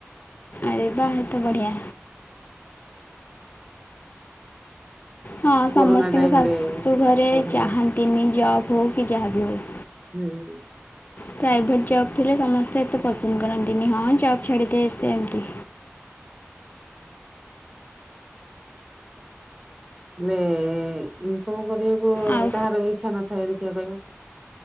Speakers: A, on the left (about 40°); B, on the right (about 20°).
A: ଆରେ ବା। ତ ବଢ଼ିଆ। ହଁ ସମସ୍ତିଙ୍କ
B: କୋରୋନା ଟାଇମ
A: ଶାଶୁ
B: ରେ
A: ଘରେ
B: ହଉଥିଲା
A: ଚାହାନ୍ତିନି ଜବ ହଉ କି ଯାହାବି ହଉ।
B: ହୁଁ।
A: ପ୍ରାଇଭେଟ ଜବ ଥିଲେ ସମସ୍ତେ ଏତେ ପସନ୍ଦ କରନ୍ତିନି। ହଁ ଜବ୍ ଛାଡିଦେ ସେ ଏମତି
B: <inaudible> ହେଲେ ଇନକମ କରିବାକୁ
A: ଆଉ
B: କାହାରବି ଇଚ୍ଛା ନଥାଏ ଦେଖିବା କହିବ?